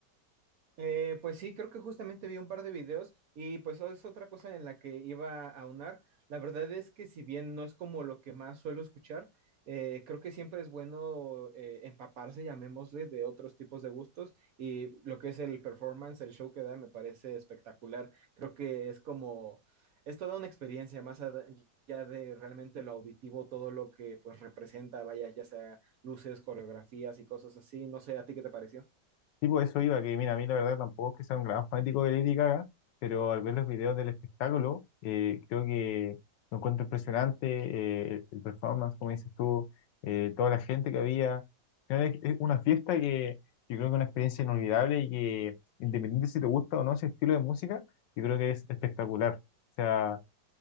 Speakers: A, on the right; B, on the left.
A: Eh, pues sí, creo que justamente vi un par de videos y pues es otra cosa en la que iba a aunar. La verdad es que si bien no es como lo que más suelo escuchar, eh, creo que siempre es bueno eh, empaparse, llamémosle, de otros tipos de gustos y lo que es el performance, el show que da, me parece espectacular. Creo que es como, es toda una experiencia más allá de realmente lo auditivo, todo lo que pues representa, vaya, ya sea luces, coreografías y cosas así. No sé, ¿a ti qué te pareció?
B: Tipo, eso iba, que mira, a mí la verdad tampoco es que sea un gran fanático de Lady Gaga, pero al ver los videos del espectáculo, eh, creo que lo encuentro impresionante, eh, el, el performance, como dices tú, eh, toda la gente que había. Al final Es es una fiesta que yo creo que es una experiencia inolvidable y que, independiente si te gusta o no ese estilo de música, yo creo que es espectacular. O sea,